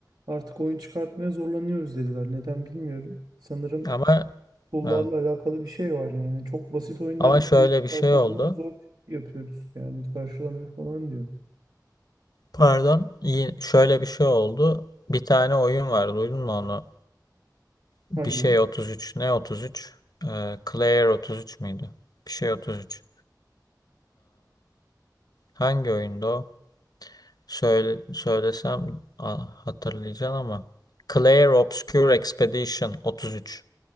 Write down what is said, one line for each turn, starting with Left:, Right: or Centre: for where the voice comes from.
Right: artık oyun çıkartmaya zorlanıyoruz dediler. Neden bilmiyorum. Sanırım
Left: Ama
Right: tool'larla
Left: evet.
Right: alakalı bir şey var yani. Çok basit oyunları
Left: Ama şöyle
Right: bile çıkartanlar
Left: bir şey oldu.
Right: zor yapıyoruz yani karşılamıyor falan diyor.
Left: Pardon. İyi, şöyle bir şey oldu. Bir tane oyun var. Duydun mu onu? Bir
Right: Hangi
Left: şey
Right: oyun?
Left: 33. Ne 33? Ee, Claire 33 müydü? Bir şey 33. Hangi oyunda o? Söyle, söylesem a- hatırlayacaksın ama. Clair Obscure Expedition 33.